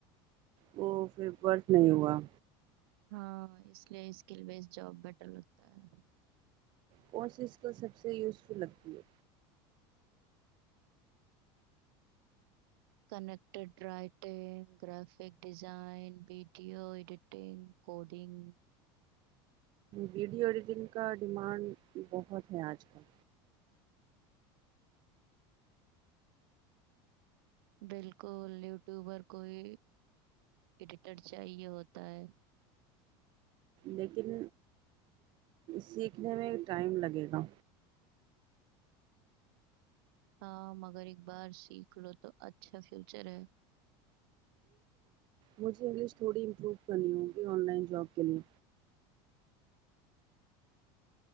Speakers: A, on the right; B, on the right.
A: وہ پھر برف نہیں ہوا
B: ہاں اس لیے اسکل بیس جاب بیٹر ہوتا ہے
A: کوش اس کو سب سے یوزفل لگتی ہے
B: connected writing graphic design video editing coding
A: video editing کا ڈیمانڈ بہت ہے آج کل
B: بالکل یوٹیوبر کوئی ایڈیٹر چاہیے ہوتا ہے
A: لیکن سیکھنے میں ٹائم لگے گا
B: ہاں مگر ایک بار سیکھ لو تو اچھا فیوچر ہے
A: مجھے انگلش تھوڑی امپروو کرنی ہوگی آن لائن جاب کے لیے